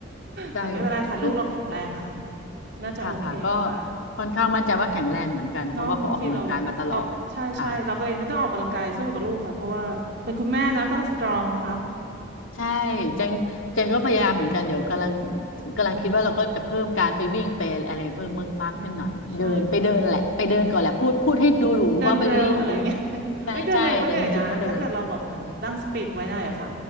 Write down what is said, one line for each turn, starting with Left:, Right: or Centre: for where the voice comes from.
Left: ใช่
Right: แต่ไม่เป็นไรค่ะลูกเราแข็งแรงค่ะ
Left: ค
Right: น่าจะโอเคกว่า
Left: ่ะค่ะก็ค่อนข้างมั่นใจว่าแข็งแรงเหมือนกันเพราะว่าเขาออกกำลังกายมาตลอดค่ะ
Right: เนาะบางทีเราออกใช่ใช่เราก็เองก็ต้องออกกำลังกายสู้กับลูกค่ะเพราะว่าเป็นคุณแม่นะต้องสตรองนะคะ
Left: ใช่เจงเจงก็พยายามเหมือนกันเดี๋ยวกำลังกำลังคิดว่าเราก็จะเพิ่มการไปวิ่งไปอะไรเพิ่มมากขึ้นหน่อยเดินไปเดินแหละไปเดินก่อนแหละพูดพูดให้ดูหรูว่าไปวิ่งแต่
Right: อืมใช่เดินเร็วอะไรเงี้ย <laughs>
Left: ใช่ใช่แต่จริงๆก็เดิน
Right: เอ้ยเดินเร็วก็เหนื่อยนะถ้าเกิดเราแบบเหมือนตั้งสปีดไว้หน่อยอะค่ะ